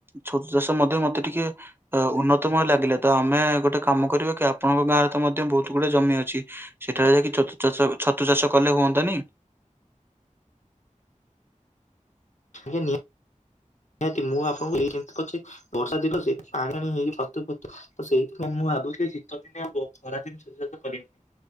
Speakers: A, on the right (about 15°); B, on the left (about 60°).
A: ଛତୁ ଚାଷ ମଧ୍ୟ ମତେ ଟିକେ ଅ ଉନ୍ନତମୟ ଲାଗିଲା ତ ଆମେ ଗୋଟେ କାମ କରିବା କି ଆପଣଙ୍କ ଗାଁରେ ତ ମଧ୍ୟ ବହୁତୁ ଗୁଡ଼େ ଜମି ଅଛି ସେଠାରେ ଯାଇକି ଛତୁ ଚାଷ ଛତୁ ଚାଷ କଲେ ହୁଅନ୍ତାନି?
B: ଆଜ୍ଞା ନି ନିହାତି ମୁଁ ଆପଣଙ୍କୁ ଏଇ ଯେମତି କରଚି ବର୍ଷା ଦିନ ସେଇଠି ପାଣି ଆଣି ହେଇକି ଛତୁ ଫତୁ ତ ସେଇଥିପାଇଁ ମୁଁ ଭାବୁଥିଲି ଶୀତ ଦିନିଆ ବ ଖରା ଦିନେ ଛତୁ ଚାଷ କଲିନି କାହିଁ।